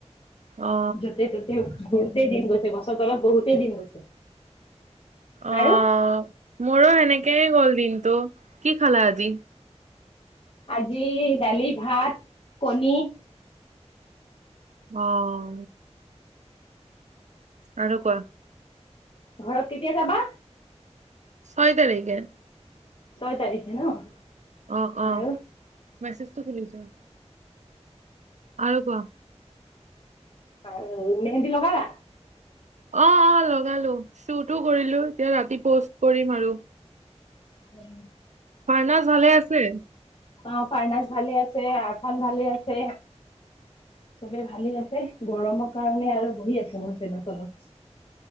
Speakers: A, on the right; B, on the left.
A: অ
B: য'তে ততে ঘুৰোতে দিন গৈছে গছৰ তলত বহোতেই দিন গৈছে
A: অহ
B: আৰু
A: মোৰো সেনেকেই গ'ল দিনটো কি খালা আজি
B: আজি দালি ভাত কণী
A: অহ আৰু কোৱা
B: ঘৰত কেতিয়া যাবা
A: ছয় তাৰিখে
B: ছয় তাৰিখে ন
A: অহ অহ
B: আৰু
A: মেছেজটো খুলি চোৱা আৰু কোৱা
B: <unintelligible> মেহেন্দী লগালা
A: অহ অহ লগালো শ্বুট ও কৰিলো এতিয়া ৰাতি পষ্ট কৰিম আৰু
B: <unintelligible>
A: পাৰ্লাছ ভালে আছে
B: অহ পাৰ্ণাছ ভালে আছে আৰ্ঠান ভালে আছে চবে ভালে আছে গৰমৰ কাৰণে আৰু বহি আছো মই ফেনৰ তলছ্